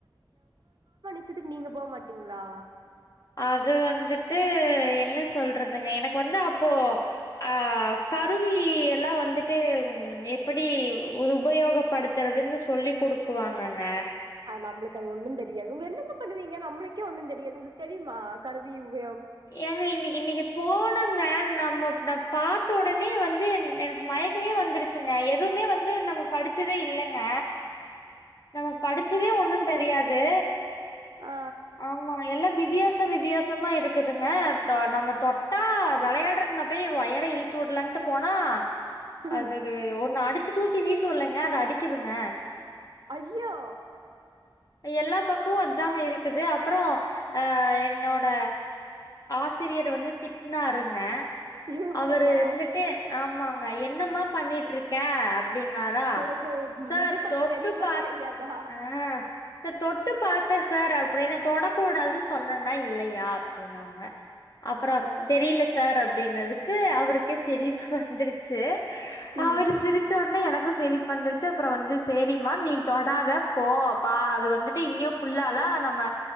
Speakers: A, on the right; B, on the left.
A: ச்சத்துக்கு நீங்க போக மாட்டீங்களா
B: அது வந்துட்டு என்ன சொல்றதுங்க எனக்கு வந்து அப்போ அஹ் கருவி எல்லாம் வந்துட்டு எப்படி உபயோகப்படுத்துறதுன்னு சொல்லிக் கொடுக்குவாங்கங்க
A: நம்மளுக்கு அது ஒண்ணும் தெரியாது உங்க என்ன பண்ணுவீங்க நம்மளுக்கே ஒண்ணும் தெரியாது உங்களுக்கு தெரியுமா கருவி உவ
B: ஏங்க இன்னைக்கு இன்னைக்கு போனங்க நம்மோ நப் பார்த்த உடனே வந்து எனக்கு மயக்கமே வந்துருச்சுங்க எதுவுமே வந்து நம்ம படிச்சதே இல்லங்க நம்ம படிச்சதே ஒண்ணு தெரியாது
A: ஆ
B: ஆமா எல்லா வித் வித்தியாச வித்தியாசமா இருக் க்குதுங்க தொ நம்ம தொட்டா விளையாட்றக்குன போய் ஒயர இழுத்து விடலான்ட்டு போனா
A: ம்.
B: அதுக்கு ஒன்னு அடிச் அச்சு தூக்கி வீசுல்லங்க அது அடிக்குதுங்க
A: ஐயோ
B: எல்லா பக்கமும் அத்தாங்க இருக்குது அப்புறம் அஹ் என்னோட ஆசிரியர் வந்து திட்னாருங்க
A: இவங்களேவா
B: அவரு இருந்துட்டு ஆமாங்க என்னம்மா பண்ணிட்டு இருக்க‌ அப் ப்டின்னாரா
A: உனக்கு ம்,
B: சார்
A: இது பண்ண
B: தொட்டு
A: தெரியுமா
B: பாத்
A: தெரியாதா
B: ஆஹ் சார் தொட்டு பாத்தே சார் அப்படின்னா தொடக்கூடாதுன்னு சொன்னேன்னா இல்லையாப் ப்டின்னாங்க அப்புறம்
A: ஆ
B: தெரியல சார் அப் அப்டின்னதுக்கு அவருக்கே சிரிப்பு வந்துருச்சு
A: ம்
B: அவர் சிரிச்சோடனே எனக் க்கும் சிரிப் வந்துருச்சு அப்ரோ வந்து செரிமா நீ தொடாத போ பா அது வந்துட்டு இன்னு ஃபுல்லால நம்ம